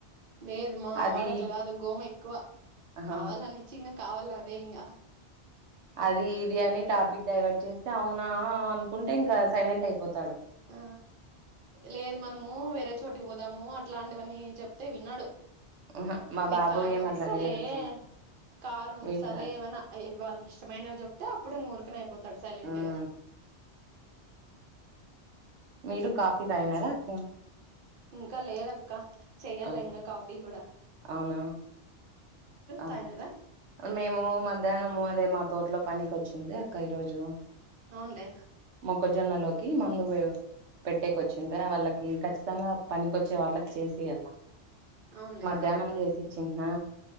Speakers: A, on the right; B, on the right.
A: లేదు మా
B: అది
A: వాడట్లా కాదు గోమ ఎక్కువ
B: ఆహా
A: కావాలని ఇచ్చి ఇంకా కావాల్ల అదే ఇంగ
B: అది ఇది అని టాపిక్ డైవర్ట్ చేస్తే అవునా అనుకుంటే ఇంకా సైలెంట్ అయిపోతాడు
A: ఆ లేదు మనము వేరే చోటుకి పోదాము అట్లాంటివన్నీ చెప్తే వినడు
B: ఆహా మా
A: నీక్
B: బాబు
A: కారు
B: ఏం
A: కొనిస్తాలె
B: అట్లా లేదక్క
A: కారు కొన్నిసాల
B: వింటాడు
A: ఏవైనా వాళ్ళకి ఇష్టమైనవిో చెప్తే అప్పుడు ఇ ఊరుకని అయిపోతాడు సైలెంట్
B: మ్మ్
A: గా
B: మీరు కాఫీ తాగినార అక్క
A: ఇంక లేదక్క చెయ్యాల
B: ఆహా
A: ఇంక కాఫీ కూడ
B: అవునా ఆహా
A: తాగినారా
B: మేము మధ్యాహ్నము అదే మా తోటలో పనికి వచ్చింది అక్క ఈరోోజు
A: అవునులే
B: మొక్కజొన్నలో మందు పెట్టేక వచ్చింది వాళ్ళకి ఖచ్చితంగా పనికిొచ్చే వాళ్ళకి చేసియలా
A: అవున్లే
B: ధ్యానం చేసి చిిన్నా